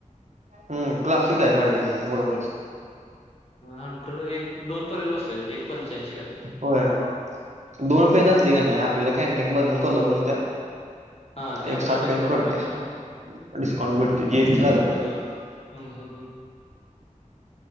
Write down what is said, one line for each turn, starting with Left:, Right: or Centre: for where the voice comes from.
Right: हम् क्लासिक आहे साडेतीन ला बरोबर.
Left: हंटर एक दोन पर्यंत बसलेली एक पंच्याऐंशी का
Right: होय दोन पर्यंत असली का नाही आपल्याला कॅन्टीन मधन कोल्हापूरच्या
Left: हा ते आपल्याला
Right: एक साठ
Left: डिस्काउंट
Right: पर्यंत पडतीया.
Left: मिळते ना
Right: डिस्काउंट भेटतो जीएसटी लागत
Left: होय
Right: नाय.
Left: हम्म हम्म